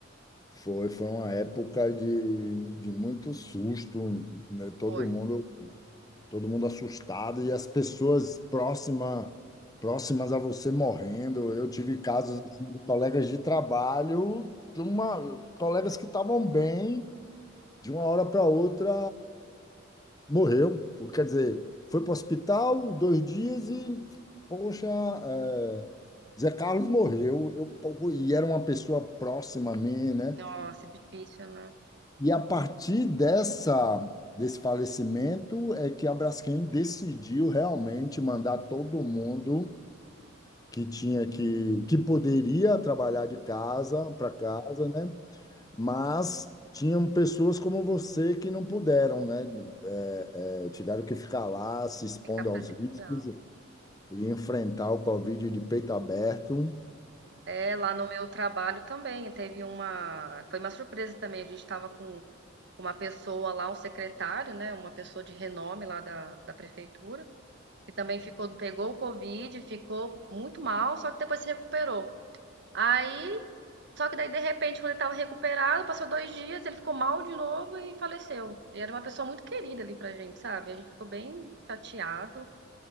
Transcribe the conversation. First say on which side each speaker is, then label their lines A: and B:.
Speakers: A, on the left (about 20°); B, on the right (about 60°).
A: foi, foi uma época de, de muito susto, né? Todo
B: Foi.
A: mundo todo mundo assustado e as pessoas próxima, próximas a você morrendo. Eu tive casos assim, de colegas de trabalho, de uma, colegas que estavam bem, de uma hora para outra morreu. Foi- Quer dizer, foi para o hospital dois dias e, poxa, é, Zé Carlos morreu. Eu, pô, e era uma pessoa próxima a mim, né?
B: Nossa, difícil, né?
A: E a partir dessa, desse falecimento é que a Braskem decidiu realmente mandar todo mundo que tinha que, que poderia trabalhar de casa para casa, né? Mas tinham pessoas como você que não puderam, né? É, é, tiveram que ficar lá se expondo
B: Ficar presencial.
A: aos riscos e enfrentar o Covid de peito aberto.
B: É, lá no meu trabalho também teve uma. Foi uma surpresa também. A gente estava com com uma pessoa lá, um secretário, né? Uma pessoa de renome lá da, da prefeitura. que também ficou, pegou o Covid, ficou muito mal, só que depois se recuperou. Aí, só que daí de repente, quando ele estava recuperado, passou dois dias, ele ficou mal de novo e faleceu. E era uma pessoa muito querida ali pra gente, sabe? A gente ficou bem chateado,